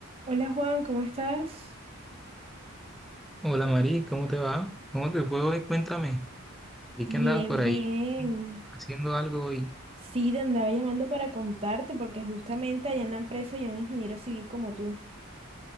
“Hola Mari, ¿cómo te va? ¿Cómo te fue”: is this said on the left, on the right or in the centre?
Centre